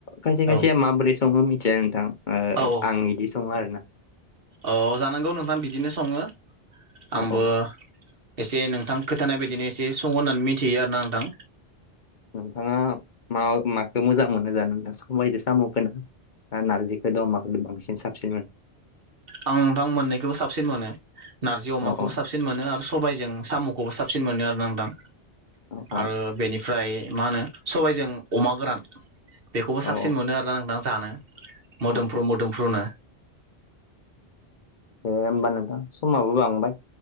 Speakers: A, on the left; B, on the right.
A: खायसे खायसेया
B: औ
A: माबोरै सङो मिथिया नोंथां। ओ
B: औ
A: आं इदि सङो आरोना।
B: औ जानांगौ नोंथां बिदिनो सङो,
A: औ
B: आंबो
A: औ
B: एसे नोंथां खोथानाय बायदिनो एसे सङो होननानै मिथियो आरोना नोंथां।
A: नोंथाङा मा माखो मोजां मोनो जानो ना सबायजों साम'खौनो? ना नारजिखौदो अमाखौदो बांसिन साबसिन मोनो?
B: आं नोंथां मोन्नैखौबो साबसिन मोनो नारजि अमाखौबो
A: औ औ
B: साब सिन मोनो आरो सबाइजों साम'खौबो साबसिन मोनो आरो नोंथां
A: औ औ
B: आरो बेनि फ्राय मा होनो सबाइजों अमा गोरान बेखौबो साबसिन
A: औ
B: मोनो आ रो ना जानो मोदोमफ्रु
A: औ औ
B: मोदोमफ्रुनो।
A: दे होमबा नोंथां समाबो बांबाय